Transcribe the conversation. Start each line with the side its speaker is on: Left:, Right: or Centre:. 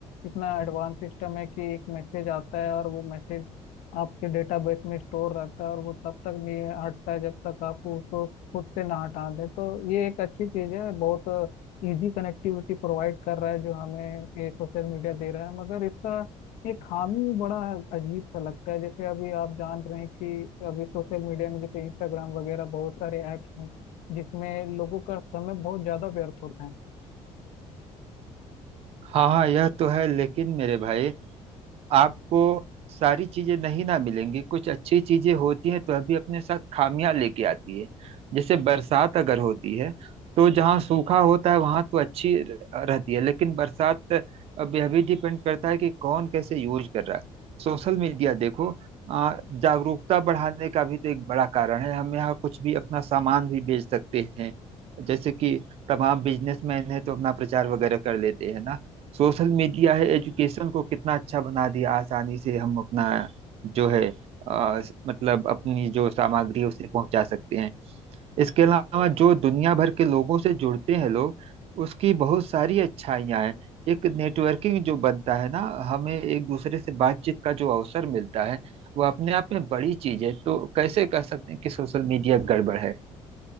Left: इतना एडवांस सिस्टम है कि एक मैसेज आता है और वो मैसेज आपके डेटाबेस में स्टोर रहता है और वो तब तक नहीं हटता है जब तक आप उसको खुद से ना हटा दें तो ये एक अच्छी चीज़ है बहुत इजी कनेक्टिविटी प्रोवाइड कर रहा है जो हमें ये सोशल मीडिया दे रहा है मगर इसका एक खामी भी बड़ा है, अजीब सा लगता है जैसे अभी आप जान रहे हैं कि अभी सोशल मीडिया में जैसे इंस्टाग्राम वगैरह बहुत सारे ऐप्स हैं जिसमें लोगों का समय बहुत ज़्यादा व्यर्थ होता है
Right: हाँ हाँ यह तो है लेकिन मेरे भाई आपको सारी चीजें नहीं ना मिलेंगी कुछ अच्छी चीजें होती हैं तो अभी अपने साथ खामियां लेके आती है जैसे बरसात अगर होती है तो जहाँ सूखा होता है वहां तो अच्छी र- रहती है लेकिन बरसात अब यह भी डिपेंड करता है कि कौन कैसे यूज कर रहा है सोशल मीडिया देखो आ, जागरूकता बढ़ाने का भी तो एक बड़ा कारण है हम यहाँ कुछ भी अपना सामान भी बेच सकते हैं जैसे कि तमाम बिजनेसमैन है तो अपना प्रचार वगैरह कर लेते हैं ना सोशल मीडिया है एजुकेशन को कितना अच्छा बना दिया आसानी से हम अपना जो है अ, मतलब अपनी जो सामग्री है उसे पहुंचा सकते हैं इसके अलावा जो दुनिया भर के लोगों से जुड़ते हैं लोग उसकी बहुत सारी अच्छाइयाँ हैं एक नेटवर्किंग जो बनता है ना हमें एक दूसरे से बातचीत का जो अवसर मिलता है वो अपने आप में बड़ी चीज है तो कैसे कह सकते हैं कि सोशल मीडिया गड़बड़ है